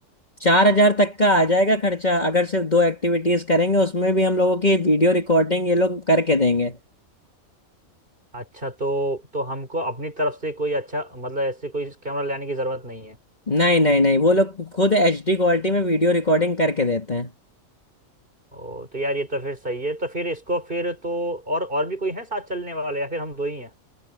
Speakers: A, on the left; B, on the right.
A: चार हजार तक का आ जाएगा खर्चा अगर सिर्फ दो एक्टिविटीज़ करेंगे उसमें भी हम लोगों की वीडियो रिकॉर्डिंग ये लोग करके देंगे
B: अच्छा तो तो हमको अपनी तरफ से कोई अच्छा मतलब ऐसे कोई कैमरा लाने की जरूरत नहीं है
A: नहीं नहीं नहीं वो लोग खुद एचडी क्वालिटी में वीडियो रिकॉर्डिंग करके देते हैं
B: ओ तो यार ये तो फिर सही है तो फिर इसको फिर तो और और भी कोई है साथ चलने वाले या फिर हम दो ही हैं